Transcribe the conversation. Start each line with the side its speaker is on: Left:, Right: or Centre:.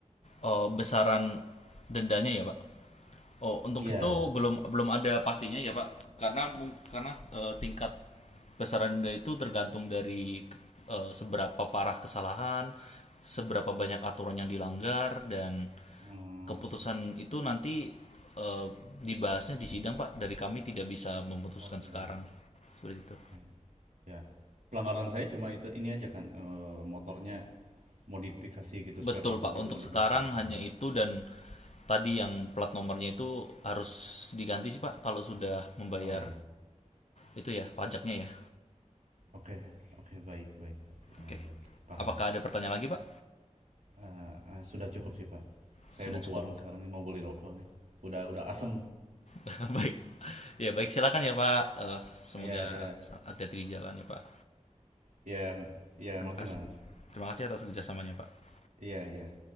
Left: Oh, besaran dendanya ya Pak. Oh, untuk
Right: Iya.
Left: itu belum belum ada pastinya ya, Pak. Karena mung- karena eh, tingkat besaran denda itu tergantung dari eh, seberapa parah kesalahan, seberapa banyak aturan yang dilanggar dan
Right: Hmm.
Left: keputusan itu nanti eh, dibahasnya di sidang, Pak. Dari kami tidak bisa memutuskan
Right: Oh
Left: sekarang.
Right: ya,
Left: Seperti itu.
Right: oke. Ya. Pelanggaran saya cuma itu ini aja kan eh, motornya modifikasi gitu, spare
Left: Betul,
Right: partnya
Left: Pak.
Right: juga
Left: Untuk
Right: modifikasi.
Left: sekarang
Right: Oh
Left: hanya
Right: ya.
Left: itu dan tadi yang plat nomornya itu harus diganti sih, Pak, kalau sudah membayar
Right: Oh, iya.
Left: itu ya pajaknya ya.
Right: Oke, oke baik baik Pak. Ya,
Left: Oke.
Right: baik, paham.
Left: Apakah ada pertanyaan lagi, Pak?
Right: Eh, eh, sudah cukup sih Pak. Saya
Left: Sudah
Right: mau
Left: cukup.
Right: ke warung sekarang ini mau beli rokok nih. Udah udah asem.
Left: <laughs> Baik. Ya, baik silakan ya, Pak. Eh, semoga
Right: Ya ya
Left: hati-hati di jalan ya, Pak.
Right: ya ya
Left: Terima
Right: makasih
Left: kasih.
Right: Mas.
Left: Terima kasih atas kerjasamanya, Pak.
Right: Iya iya.